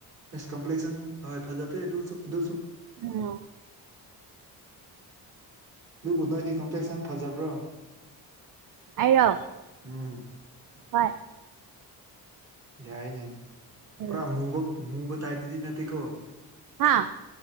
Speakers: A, on the right (about 40°); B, on the right (about 60°).
A: ꯑꯦꯁ ꯀꯝꯄ꯭ꯂꯦꯛꯁꯟ ꯍꯣꯏ ꯐꯖꯗꯦ ꯗꯨꯁꯨ ꯑꯗꯨꯁꯨꯨ
B: ꯎꯝ
A: ꯑꯗꯨꯕꯨ ꯅꯣꯏꯗꯤ ꯀꯝꯄ꯭ꯂꯦꯛꯁꯟ ꯐꯖꯕ꯭ꯔꯣ
B: ꯑꯩꯔꯣ
A: ꯎꯝ
B: ꯍꯣꯏ
A: ꯌꯥꯏꯅꯦ
B: ꯎꯝ
A: ꯄꯨꯔꯥ ꯃꯨꯕ ꯃꯨꯕ ꯇꯥꯏꯞꯗꯨꯗꯤ ꯅꯠꯇꯦꯀꯣ
B: ꯍꯥꯥ